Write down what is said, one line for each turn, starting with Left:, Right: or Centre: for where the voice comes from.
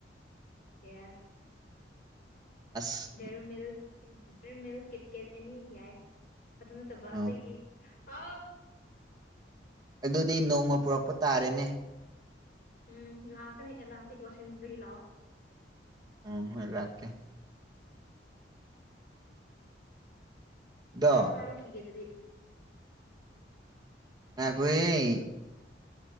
Left: ꯌꯦꯁ
Right: ꯑꯁ
Left: ꯗꯦꯔꯃꯤꯜ ꯗꯦꯔꯃꯤꯜ ꯀꯤꯠꯀꯤꯦꯠ ꯑꯦꯅꯤ ꯌꯥꯏ ꯑꯗꯨ ꯅꯠꯇꯕ ꯑꯇꯩꯗꯤ
Right: ꯑ
Left: ꯑ
Right: ꯑꯗꯨꯗꯤ ꯅꯣꯡꯃ ꯄꯨꯔꯛꯄ ꯇꯥꯔꯦꯅꯦ
Left: ꯎꯝ ꯂꯥꯛꯀꯅꯤ ꯂꯥꯟꯇꯀꯣꯁꯤꯟꯗꯨꯗꯒꯤ ꯂꯥꯛꯑꯣ
Right: ꯎ ꯏ ꯂꯥꯛꯀꯦ ꯑꯗꯣ
Left: ꯆꯥꯛ ꯆꯥꯔꯨꯈꯤꯒꯦ ꯑꯗꯨꯗꯤ
Right: ꯑꯩꯈꯣꯏ